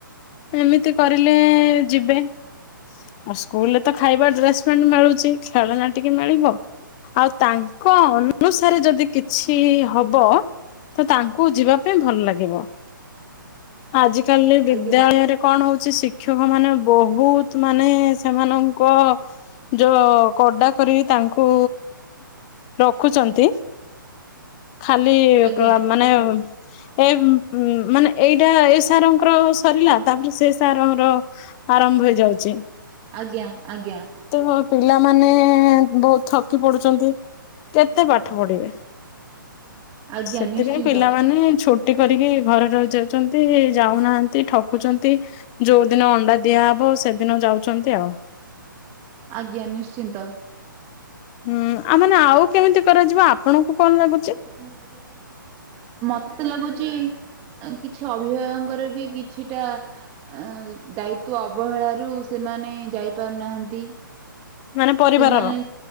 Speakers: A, on the left; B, on the right.
A: ଏମିତି କରିଲେ ଯିବେ। ଆଉ ସ୍କୁଲରେ ତ ଖାଇବା ଡ୍ରେସ ପଣ୍ ମିଳୁଛି ଖେଳନା ଟିକେ ମିଳିବ। ଆଉ ତାଙ୍କ ଅନୁସାରେ ଯଦି କିଛି ହବ ତ ତାଙ୍କୁ ଯିବା ପାଇଁ ଭଲ ଲାଗିବ ଆଜିକାଲି ବିଦ୍ୟାଳୟରେ
B: ଆଜ୍ଞା
A: କଣ ହଉଛି ଶିକ୍ଷକ ମାନେ ବହୁତ ମାନେ ସେମାନଙ୍କ ଯୋଉ କଡ଼ା କରିି ତାଙ୍କୁ ରଖୁଛନ୍ତି। ଖାଲି
B: ଆଜ୍ଞା
A: ମାନେ ଏ ମାନେ ଏଇଟା ଏ ସାରଙ୍କର୍ ସରିଲା ତାପରେ ସେ ସାରଙ୍କର ଆରମ୍ଭ ହେଇଯାଉଛି।
B: ଆଜ୍ଞା ଆଜ୍ଞା।
A: ତ ପିଲାମାନେ ବହୁତ ଥକି ପଡୁଛନ୍ତି। କେତେ ପାଠ ପଢିବେ
B: ଆଜ୍ଞା
A: ସେଥିପାଇଁ
B: ନିଶ୍ଚିନ୍ତ।
A: ପିଲାମାନେ ଛୋ ଟି କରିକି ଘରେ ରହି ଯାଉଛନ୍ତି। ଯାଉନାହାନ୍ତି ଠକୁଛନ୍ତି। ଯୋଉଦିନ ଅଣ୍ଡା ଦିଆହବ ସେଦିନ ଯାଉଛନ୍ତି ଆଉ।
B: ଆଜ୍ଞା ନିଶ୍ଚିନ୍ତ।
A: ହୁଁ ଆଉ ମାନେ ଆଉ କେମିତି କରାଯିବ ଆପଣଙ୍କୁ କଣ
B: <inaudible>
A: ଲାଗୁଛି
B: ମତେ ତ ଲାଗୁଚ କିଛି ଅଭିଭାବକଙ୍କର ବି କିଛିଟା ଅ ଦାୟିତ୍ୱ ଅବହେଳାରୁ ସେମାନେ ଯାଇପାରୁନାହାନ୍ତି।
A: ମାନେ ପରିବାରର
B: ସେମାନେ